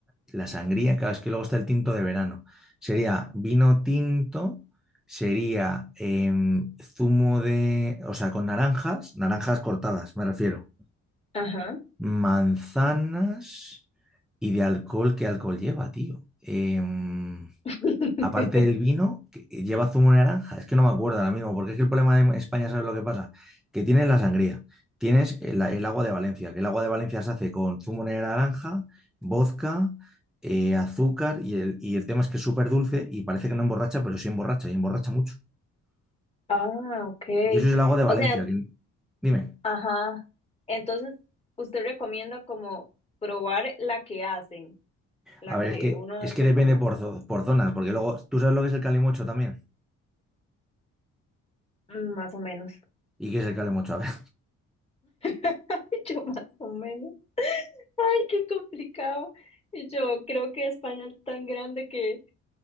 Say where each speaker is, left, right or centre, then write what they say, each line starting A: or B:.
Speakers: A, in the centre; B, on the left.
A: la sangría, claro, es que luego está el tinto de verano. Sería vino tinto, sería em, zumo de, o sea, con naranjas, naranjas cortadas, me refiero.
B: ajá.
A: Manzanas y de alcohol, ¿qué alcohol lleva, tío? Em,
B: <laughs>
A: Aparte del vino, que eh, lleva zumo de naranja. Es que no me acuerdo ahora mismo, porque es que el problema de España, ¿sabes lo que pasa? Que tienes la sangría, tienes el, el agua de Valencia, que el agua de Valencia se hace con zumo de naranja, vodka, eh, azúcar, y el, y el tema es que es súper dulce y parece que no emborracha, pero sí emborracha, y emborracha mucho.
B: Ah, ok.
A: Y eso es el agua de
B: O
A: Valencia.
B: sea,
A: que- Dime.
B: ajá. Entonces, usted recomienda como probar la que hacen, la
A: A ver,
B: que
A: es que,
B: uno
A: es
B: hace
A: que depende
B: como
A: por, zo- por zonas, porque luego, ¿tú sabes lo que es el calimocho también?
B: mm, más o menos.
A: ¿Y qué es el calimocho? <laughs> A ver.
B: <laughs> Yo más o menos. Ay, qué complicado. Y yo creo que España es tan grande que,